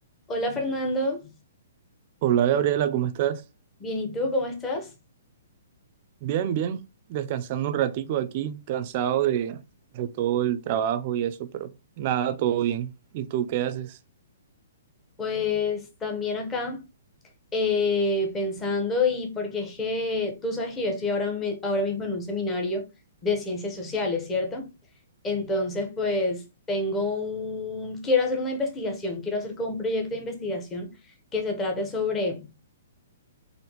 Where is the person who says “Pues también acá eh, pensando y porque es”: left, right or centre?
Left